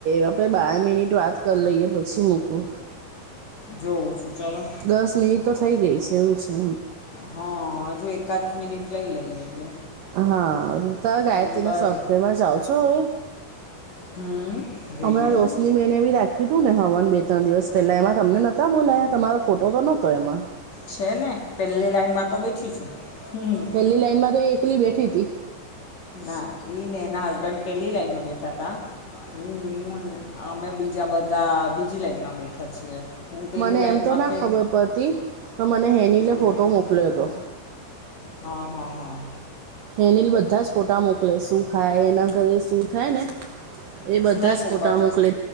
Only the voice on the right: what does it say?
આપડે બાર મિનિટ વાત કરી લઈએ પછી મૂકું.
દસ મિનિટ તો થઇ ગઈ છે એવું છે.
હા ગાયત્રીના
સોપ્તેમાં જાઓ છો હવે.
અમણા રોશની
મેને ભી રાખી. કીધું ને હવાન બે ત્રણ દિવસ પહેલાં એમાં તમને નહોતા બોલાયા તમારો ફોટો તો નહોતો એમાં.
પહેલી લાઈન માં તો એકલી બેઠી હતી.
મને
એમ તો ના
ખબર પડતી તો મને હેનીલે
ફોટો મોકલ્યો હતો.
હેનીલ બધા જ ફોટા મોકલે શું ખાય એના ઘરે શું થાય ને. એ બધા
જ ફોટા
મોકલે